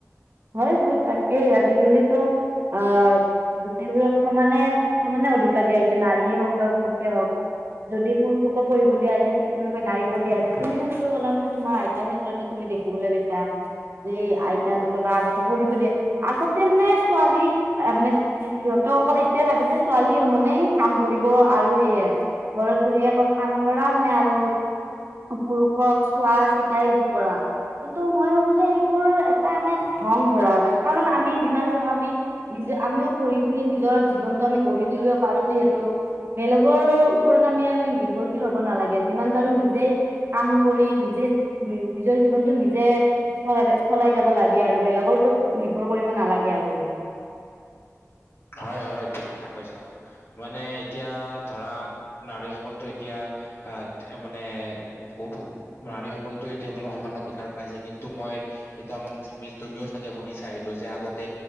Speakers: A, on the right (about 45°); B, on the left (about 50°).
A: হয়', - হয়', তাকেই আজিকালিতো আহ', গোটেইবোৰক সমানে', সমানে অধিকাৰ দিয়া হৈছে, নাৰীয়ে হওঁক বা পুৰুষে হওঁক, যদি পুৰুষকো পঢ়িব দিয়া হৈছে ঠিক', তেনেকৈ নাৰীকো দিয়া যে তুমি যেনেকৈ ক'লা মানে তোমাৰ আইতাৰ ক্ষেত্ৰতে তুমি দেখিবলৈ পাইছা', যে আইতাহঁতকে বা আগতে পঢ়িব দিয়ে, আগতে মানে ছোৱালী অ', মানে', সিহঁতৰ অকল এতিয়ায়ে ভাবিছে ছোৱালী মানে কাম কৰিব আৰু সেয়ে', ঘৰত বহিয়েই অকল কাম কৰা মানে আৰু', পুৰুষক চোৱা চিতা এইবোৰ কৰা, কিন্তু মই ভাবোঁ যে সেইবোৰ এট', এটা এনে ধং ধৰা কাৰণ আমি যিমান যি হয় আমি', নিজে, আমিও পঢ়ি-শুনি নিজৰ জীৱনটো আমি গঢ়ি তুলিব পাৰোঁ যিহেতু', বেলেগৰ ওপৰত আমি আৰু নিৰ্ভৰশীল হ'ব নালাগে যিমান পাৰোঁ নিজেই কাম কৰি', নিজে- নিজৰ জীৱনটো নিজে চলাই-চলাই যাব', যাব লাগে আৰু বেলেগৰ ওপৰত নিৰ্ভৰ কৰিব নালাগে আৰু',
B: হয়', - হয়', ঠিক কথা কৈছা, মানে এতিয়া', ধৰা নাৰীসকলতো এতিয়া আহ', মানে', বহুতো, নাৰীসকলতো এতিয়া মানে সমান অধিকাৰ পাইছে কিন্তু মই', এতিয়াও মানত আছে তুমি- তুমিও চাগে শুনিছা এইটো যে আগতে